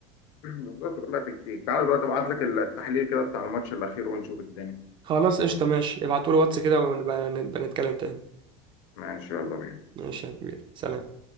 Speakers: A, on the left; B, on the right.
A: <clears throat> بالظبط كلها تكتيك تعالى دلوقتي ابعت لك التحليل كده بتاع الماتش الاخير ونشوف الدنيا
B: خلاص قشطه ماشي ابعتوا لي واتس كده
A: يلا.
B: ونبقى نبقى نتكلم تاني
A: ماشي يلا بينا
B: ماشي يا كبير سلام